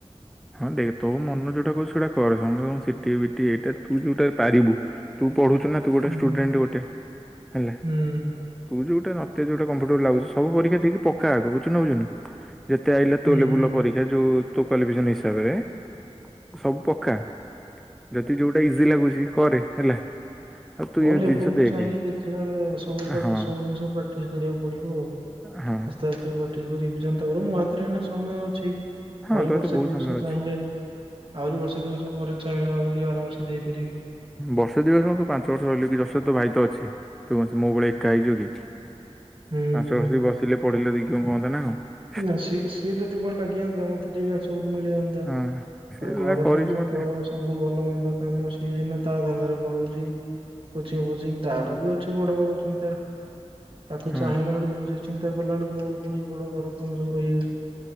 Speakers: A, in the centre; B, on the right (about 50°).
A: ହଁ ଦେଖ ତୋ ମନ ଯୋଉଟା କହୁଛି ସେଇଟା କରେ। ସମସ୍ତେ ସିଟି ବିଟି ଏଇଟା ତୁ ଯୋଉଟା ପାରିବୁ ତୁ ପଢୁଛୁ ନା ତୁ ଗୋଟେ
B: ହୁଁ
A: ଷ୍ଟୁଡେଣ୍ଟ ଗୋଟେ। ହେଲା
B: ହୁଁ
A: ତୁ ଯୋଉ ଟା ତତେ ଯୋଉଟା କମ୍ଫଟେବୁଲ ଲାଗୁଛି ସବୁ ପରୀକ୍ଷା ଦେଇକି ପକା ଆଗ ବୁଝୁଚୁନା ବୁଝୁନୁଯେତେ ଆଇଲା ତୋ
B: ହୁଁ।
A: ଲେବୁଲ୍। ଯୋଉ ତୋ କ୍ୱାଳିଫିକେଶନ ହିସାବରେ ସବୁ ପକା। ଯଦି ଯୋଉଟା ଇଜି ଲାଗୁଛି କରେ ହେଲା। ଆଉ ତୁ
B: ହଁ
A: ଏ
B: ଲେବୁଲ
A: ଜିନିଷ
B: କୁ
A: ଦେଖେ
B: ଚାହିଁକି ଦେଖିଲା ବେଳେ ସବୁ ପ୍ରାଟ
A: ହଁ
B: ସବୁ ଜିନିଷ ପ୍ରାକ୍ଟିସ କରିବାକୁ ପଡିବ ଆଉ
A: ହଁ
B: ଆସ୍ତେ ଆସ୍ତେ ପ୍ରଟିସ ରିଭିଜନ ତାପରେ ମୋ ହାତରେ ଏନା ସମୟ ଅଛି ଆହୁରି
A: ହଁ ତୋର
B: ବର୍ଷେ
A: ତ ବହୁତ
B: ଦି
A: ସମୟ
B: ବର୍ଷ
A: ଅଛି
B: ଚାହିଁଲେ ଆହୁରି ବର୍ଷେ ଦିବର୍ଷ ପରେ ଚାହିଁଲେ ଆହୁରି ଆରାମସେ ଦେଇପାରିବି।
A: ବର୍ଷେ ଦୁଇ ବର୍ଷ ତୁ ପାଞ୍ଚ ବର୍ଷ ରହିଲୁ କିଅସୁବିଧା ତୋ ଭାଇ ତ ଅଛି। ତୁକଣ ଯୋ ମୋ ଭଳିଆ ଏକା ହେଇଛୁକି ପାଞ୍ଚ
B: ହୁଁ ହୁଁ
A: ବର୍ଷ
B: ହୁଁ
A: ବସିଲେ ପଢିଲେ ଦେଇକି କଣ କୁହନ୍ତା ନା କଣ।
B: ନା ସିଏ ସିଏ ଯଦି କୁଆଡ଼େ ଲାଗିଯାନ୍ତା ମତେ ଟିକେ ସ୍କୋପ ମିଳିଯାନ୍ତା।
A: ହଁ ସେ
B: ଆ ଘର
A: ଲା କରିଛି
B: ଟେନସନ
A: ମତେ
B: ଘର ସବୁ ଭଲ ଭନ୍ଦ କାମ ସିଏଯେ ନା ତା ଧନ୍ଦାରେ ପଳଉଛି। ଛି, କୋଚିଂ ଫୋଚିଂ ତାର ବି ଅଛି ବଡ ବଡ ଚିନ୍ତା। ତାକୁ
A: ହଁ
B: ଚାହିଁଲା ବେଳକୁ ସେ ଚିନ୍ତା କଲା ବେଳକୁ ମୋର ପୁଣି ଏ ବଡ ଘର କାମ ସବୁ ରହିଯାଉଛି।